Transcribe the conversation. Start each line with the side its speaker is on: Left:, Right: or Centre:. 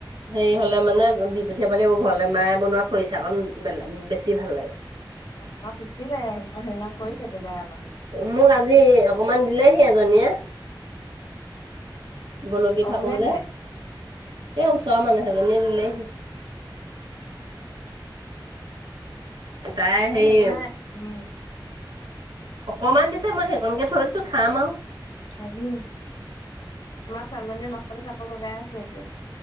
Right: হেৰি হলে মানে দি পঠিয়াবলৈ লাগিব ঘৰলে মায়ে বনোৱা খৰিচা কণ বেলে-বেছি ভাল লাগে।
Left: অহ' আমাৰ পিছিলে, সেইদিনা কৰিছে দেউতাই অলপ।
Right: মোক আজি অকমান দিলে সেই এজনীয়ে। বলকি
Left: অ
Right: থাকো
Left: কোনে
Right: যে।
Left: দিলে
Right: এ, ওচৰৰ মানুহ এজনীয়ে দিলেহি।
Left: অ'।
Right: তাই
Left: এ
Right: হেৰি
Left: মানে উম
Right: অকমান দিছে, মই সেইকনকে থৈ দিছো খাম আৰু।
Left: খাবি, তোমাৰ ছোৱালীজনীয়ে নখ পালিচ আকৌ লগাই আছে এতিয়া।